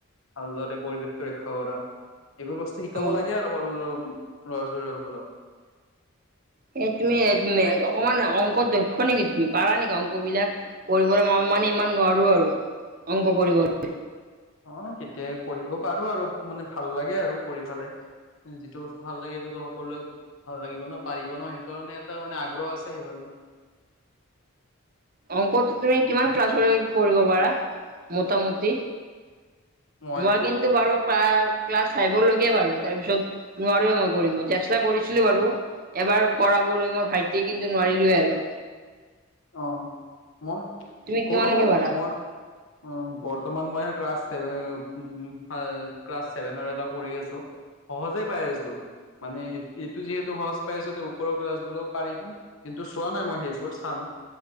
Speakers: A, on the left (about 70°); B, on the right (about 40°).
A: আলতে পৰিৱেশটো ৰক্ষা কৰা। এইবোৰ বস্তু শিকাব
B: অ
A: লাগে আৰু সৰু ল'ৰা ছোৱালী সকলক।
B: স তুমি উ অকমান অংক দক্ষ নেকি তুমি পাৰা নেকি অংক বিলাক কৰিবলৈ ম মানে ইমান নোৱাৰো আৰু অংক কৰিবলৈ।
A: অ, কেতিয়া কৰিব পাৰো আৰু মানে ভাল লাগে আৰু। কৰি ফালে যিটো বস্তু ভাল লাগে সেইটো সকলোৱে ভাল লাগিব ন পাৰিব ন সেইকাৰণে এটা মানে আগ্ৰহ আছে সেইফালে।
B: অংকটো তুমি কিমান ক্লাছলৈ কৰিব পাৰা মোটামুটি?
A: মইতো
B: মই কিন্তু বাৰু প্ৰায় ক্লাছ ফাইভৰ লকে বাৰু তাৰপিছত নোৱাৰো মই কৰিব চেষ্টা কৰিছিলো বাৰু। এবাৰ কৰাবলৈ মই ভাইটিয়ে কিন্তু নোৱাৰিলোৱে আৰু
A: অ, মই
B: তুমি কিমানলৈকে
A: কৰো
B: পাৰা
A: মই অ বৰ্তমান মই ক্লাছভেন ক্লাছ চছেভেনৰ এটা কৰিঢ় আছো। সহজে পাই আছো। মানে এইটো যিহেতু সহজ পাই আছো ওপৰৰ কছ গিলও পাৰিম কিন্তু চোৱা নাই মই সেইবোৰ চাম